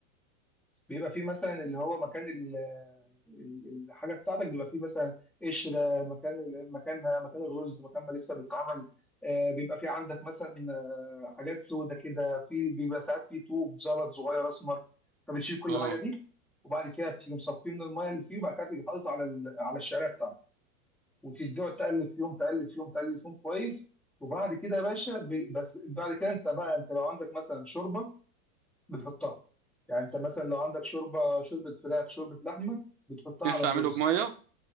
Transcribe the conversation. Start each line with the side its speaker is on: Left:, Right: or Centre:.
Centre: بيبقى فيه مثلا اللي هو مكان ال- ال- الحاجه بتاعتك بيبقى فيه مثلا قشره مكان ال- مكانها مكان الرز مكان ما لسه بيتعمل آه، بيبقى فيه عندك مثلا آه، حاجات سودة كده في بيبقى ساعات فيه طوب زلط صغير اسمر فبتشيل كل
Right: اه
Centre: الحاجه دي وبعد كده بتيجي مصفيه من الميه اللي فيه وبعد كده تيجي حاطط على ال- على الشعريه بتاعته وتقعد تقلب فيهم تقلب فيهم تقلب فيهم كويس وبعد كده يا باشا ب- بس بعد كده انت بقى انت لو عندك مثلا شوربه بتحطها يعني انت مثلا لو عندك شوربه شوربه فراخ شوربه لحمه بتحطها
Right: ينفع
Centre: على الرز
Right: اعمله بمية